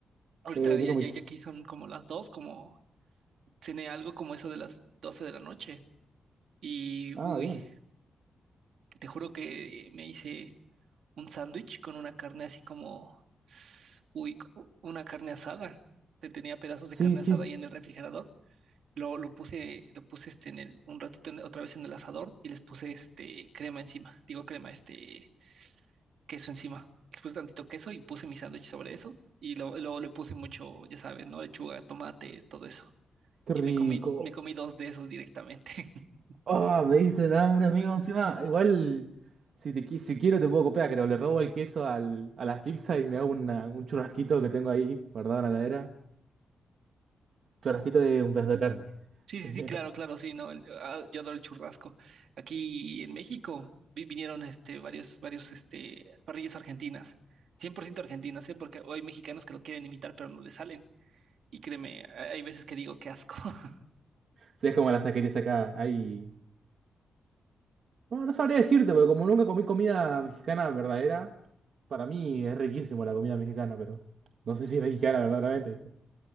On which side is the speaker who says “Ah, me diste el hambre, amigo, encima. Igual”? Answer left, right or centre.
Right